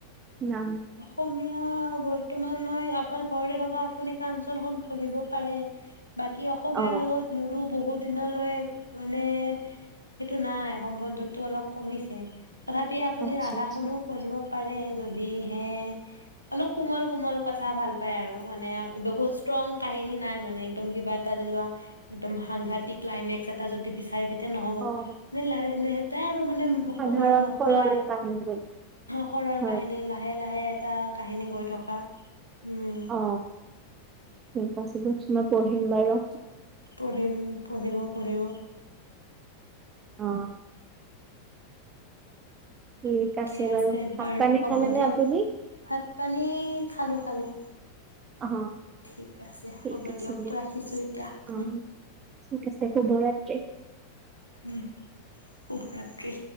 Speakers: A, on the right; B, on the left.
A: নাম
B: অসমীয়া বৰ্তমান মই আপোনাৰ ঘৰতে থকা আপুনি কাঞ্চনখন পঢ়িব পাৰে। বাকী অসমীয়াৰ
A: অ
B: লগত মোৰো বহুত দিনলৈ মানে সেইটো নাই সম্বন্ধটো অলপ কমিছে। তথাপি আপুনি
A: আচ্ছা
B: ৰাধাখনো
A: আচ্ছা
B: পঢ়িব পাৰে যদিহে অলপ কোমল কোমল কথা ভাল পায় আৰু মানে বহুত ষ্ট্ৰং কাহিনী নাই মানে একদম কিবা যেনা একদম সাংঘতিক ক্লাইমেক্স এটা যদি বিচাৰে এতিয়া নহ'ব
A: অ',
B: নে লা এ এটা তাই আৰু মানে
A: সাধাৰণ
B: খোলা
A: সৰল কাহিনী
B: সৰল
A: হয়,
B: কাহিনী লাহে লাহে এটা কাহিনী গৈ থকা উম
A: অ ঠিক আছে বা মই পঢ়িম বাৰু।
B: পঢ়িম পঢ়িব পঢ়িব
A: অ ঠিক
B: ঠিকে
A: বাৰু
B: আছে
A: ভাত
B: বাৰু
A: পানী
B: হ'ব
A: খালেনে
B: দিয়ক,
A: আপুনি?
B: ভাত পানী খালো খালো।
A: অ',
B: ঠিক আছে
A: ঠিক
B: হ'ব
A: আছে
B: দিয়ক ৰাখিছো এতিয়া
A: অ',
B: উম
A: ঠিক আছে শুভৰাত্ৰি
B: উ শুভৰাত্ৰি